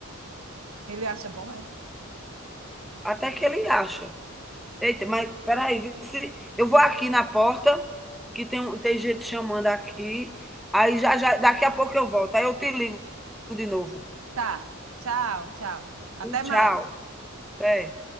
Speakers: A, on the right; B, in the centre.
A: Ele acha bom, é?
B: até que ele acha. Eita, mas peraí, se eu vou aqui na porta, que tem, um, tem gente chamando aqui, aí já, já daqui a pouco eu volto, aí eu te ligo de novo.
A: Tá. Tchau, tchau. Até mais.
B: Tchau. Até.